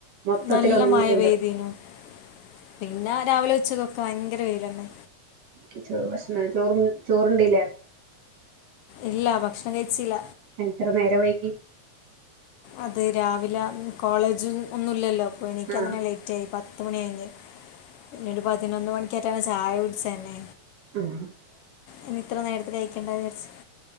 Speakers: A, on the right; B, on the left.
A: മൊത്തത്തിൽ
B: നല്ല
A: ഉണങ്ങിയിട്ടുണ്ട്
B: മഴവേദീനു പിന്നെ രാവിലെ ഉച്ചക്ക ഭയങ്കര വെയില തന്നെ
A: ഉച്ചക്ക് ഭക്ഷണം ചോറ ചോറണ്ടല്ലേ
B: ഇല്ല ഭക്ഷണം കഴിച്ചില്ല
A: എത്ര നേര വൈകി
B: അത് രാവിലെ കോളേജും ഒന്നുമില്ലല്ലോ അപ്പോൾ എനിക്ക്
A: ആഹ്
B: എങ്ങനെ ലേറ്റ്റ്റയി പ പത്ത മണ അയി നണ്ട് പതിനൊന്ന് മണക്ക് എട്ടാാണ് ചാായ കുടിച്ചാന്ന
A: ഉം
B: ഇനി ഇത്ര നേരത്തെ കയിക്കേണ്ട വിചരിച്ച